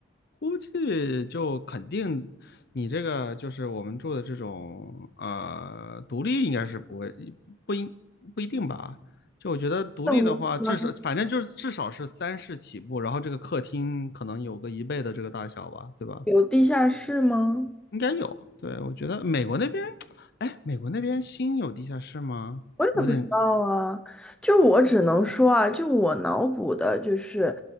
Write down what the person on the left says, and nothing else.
估计就肯定，你这个就是我们住的这种呃独立，应该是不会不应不一定吧？就我觉得独立的话，
至少反正就是至少是三室起步，然后这个客厅可能有个一倍的这个大小吧，对吧？
应该有。对，我觉得美国那边，哎，美国那边新有地下室吗？
我有点